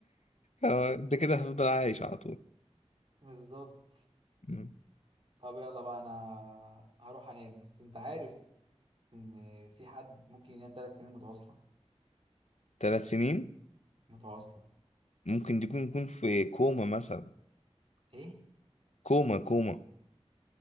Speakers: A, on the left (about 85°); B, on the right (about 55°).
A: اه انت كده هتفضل عايش على طول
B: بالظبط
A: مم.
B: طب يلا بقى انا هروح انام بس انت عارف ان في حد ممكن ينام ثلاث سنين متواصله
A: ثلاث سنين
B: متواصله
A: ممكن تكون يكون في كوما مثلا
B: ايه
A: كوما كوما